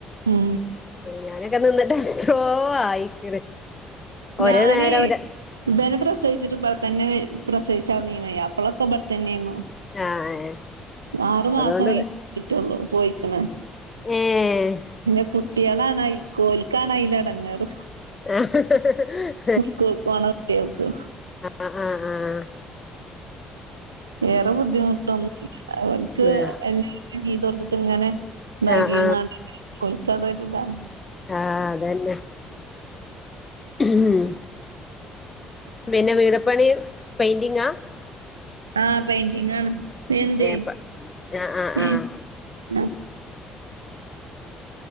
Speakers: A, on the right; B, on the left.
A: ഉം
B: ഞാനൊക്കെ നിന്നിട്ട് <unintelligible> ആയിക്ക്ണ്. ഓരോ
A: ഞാന്
B: നേരം ഒര
A: ഇബനെ പ്രസവിച്ചിട്ട് ഇബടത്തന്നെ വെ പ്രസവിച്ചെടന്നിനെതെ അപ്പളൊക്കെ ഇബടത്തന്നെയ്ന്നു.
B: ആഹ്
A: ആറു
B: അതുകൊണ്ട്
A: മാസം കഴിഞ്ഞിട്ടോള്ളു പോയിക്കണ്.
B: ഏഹ് ഏഹ്
A: പിന്നെ കുട്ട്യാളാണ് അയി ഓലിക്കാണയിലെടങ്ങാറ്.
B: ആഹ്
A: സ്കൂൾക്ക് പോണ കുട്ട്യേൾക്ക്.
B: ആഹ് ആഹ് ആഹ് ആഹ്
A: വേറെ ബുദ്ധിമുട്ടൊന്നും ഇല്ല അവനക്ക്
B: ആഹ്
A: <unintelligible> ചെയ്ത് കൊടുത്തിട്ട് ഇങ്ങനെ ഇതാക്കിങ്ങാണ്ട്
B: ആഹ്
A: ഓലിക്കതൊരു ഇതാണ്
B: ആഹ് അതന്നെ ഉം പിന്നെ വീട്പണി പെയിന്റിങ്ങാ.
A: ആ പെയിറ്റിങ്ങാണ് ഏന്തേയ്
B: ഏഹ് പ ആഹ് ആഹ്
A: ഉം
B: ആഹ്
A: ആഹ്